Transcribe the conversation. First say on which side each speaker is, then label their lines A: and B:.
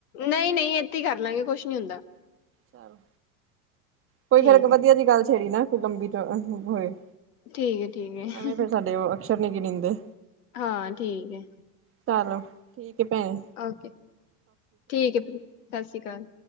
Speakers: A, on the left; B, on the right.
A: ਨਹੀਂ ਨਹੀਂ ਇੱਥੇ ਹੀ ਕਰ ਲਾਂਗੇ ਕੁਛ ਨਹੀਂ ਹੁੰਦਾ।
B: ਚ ਕੋਈ
A: ਠੀਕ
B: ਫੇਰ ਵਧੀਆ
A: ਹੈ
B: ਜਿਹੀ ਗੱਲ ਛੇੜੀ ਨਾ ਕੋਈ ਲੰਬੀ ਹੋਏ।
A: ਠੀਕ ਹੈ ਠੀਕ ਹੈ
B: ਐਵੇਂ ਫਿਰ ਸਾਡੇ ਉਹ ਅਕਸ਼ਰ ਨਹੀਂ ਕੀ ਨੀਂਦੇ।
A: ਹਾਂ, ਠੀਕ ਹੈ।
B: ਚਲੋ ਠੀਕ ਭੈਣ।
A: ਓਕੇ ਠੀਕ ਹੈ ਸਤਿ ਸ਼੍ਰੀ ਅਕਾਲ।